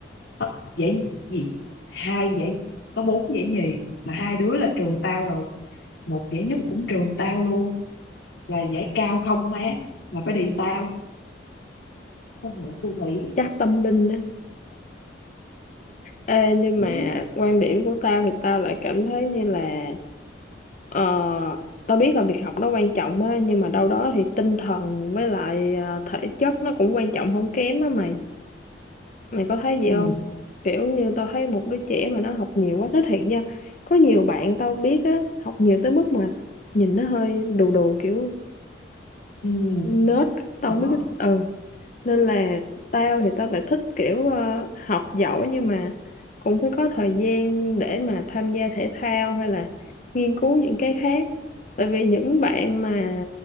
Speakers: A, on the left; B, on the left.
A: bắt giải gì hai giải có bốn giải nhì mà hai đứa là trường tao rồi một giải nhất cũng trường tao luôn là giải cao không má mà phải đi tao không hiểu phù thủy
B: chắc tâm linh đó. Ê, nhưng
A: ừ.
B: mà quan điểm của tao thì tao lại cảm thấy như là ờ, tao biết là việc học nó quan trọng á nhưng mà đâu đó thì tinh thần với lại ờ, thể chất nó cũng quan trọng không kém á mày mày có thấy gì
A: ừ
B: không kiểu như tao thấy một đứa trẻ mà nó học nhiều quá nói thiệt nha có nhiều bạn tao biết á học nhiều tới mức mà nhìn nó hơi đù đù kiểu
A: ừ
B: nết tao
A: có
B: không biết ừ nên là tao thì tao lại thích kiểu ờ, học giỏi nhưng mà cũng phải có thời gian để mà tham gia thể thao hay là nghiên cứu những cái khác tại vì những bạn mà